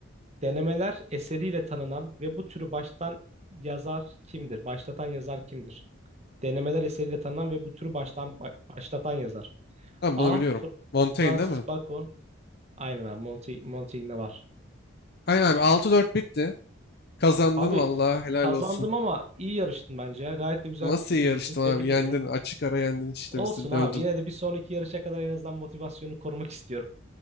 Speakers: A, on the right; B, on the left.
A: Denemeler eseriyle tanınan ve bu türü baştan yazar kimdir? Başlatan yazar kimdir? Denemeler eseriyle tanınan ve bu türü baştan ba- başlatan yazar.
B: Tamam
A: A.
B: bunu biliyorum.
A: Fr-
B: Montaigne
A: Francis
B: değil mi?
A: Bacon. Aynen abi. Monty, Monty var.
B: Aynen abi 6-4 bitti. Kazandın
A: Abi
B: vallahi helal
A: kazandım
B: olsun.
A: ama iyi yarıştın bence ya. Gayet de güzel
B: Nasıl
A: bir fikir
B: iyi yarıştım
A: yürüttün. Tebrik
B: abi? Yendin.
A: ederim.
B: Açık ara yendin işte
A: Olsun
B: bizi dövdün.
A: abi. Yine de bir sonraki yarışa kadar en azından motivasyonu korumak istiyorum.